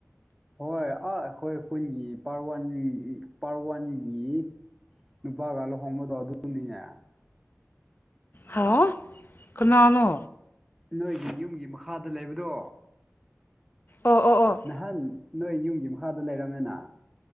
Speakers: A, in the centre; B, on the left.
A: ꯍꯣꯏ ꯑꯥ ꯑꯈꯣꯏ ꯈꯨꯟꯒꯤ ꯄꯥꯔ ꯋꯥꯟ ꯌꯤ ꯏ ꯄꯥꯔ ꯋꯥꯟꯒꯤ ꯅꯨꯄꯥꯒ ꯂꯨꯍꯣꯡꯕꯗꯣ ꯑꯗꯨꯗꯨꯅꯤꯅꯦ
B: ꯍꯥ ꯀꯅꯥꯅꯣ
A: ꯅꯣꯏꯒꯤ ꯌꯨꯝꯒꯤ ꯃꯈꯥꯗ ꯂꯩꯕꯗꯣ
B: ꯑꯣ ꯑꯣ ꯑꯣ
A: ꯅꯍꯥꯟ ꯅꯣꯏ ꯌꯨꯝꯒꯤ ꯃꯈꯥꯗ ꯂꯩꯔꯝꯃꯦꯅ